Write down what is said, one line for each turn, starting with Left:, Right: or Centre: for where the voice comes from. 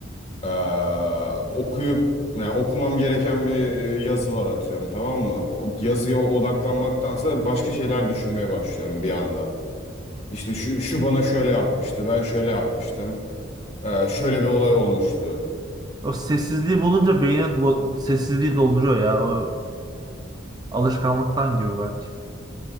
Left: Ee, okuyup yani okumam gereken bir e, yazı var atıyorum tamam mı? O yazıya odaklanmaktansa başka şeyler düşünmeye başlıyorum bir anda. İşte şu, şu bana şöyle yapmıştı, ben şöyle yapmıştım. Ee, şöyle bir olay olmuştu.
Right: O sessizliği bulunca beynin bu- sessizliği dolduruyor ya. O alışkanlıktan gibi belki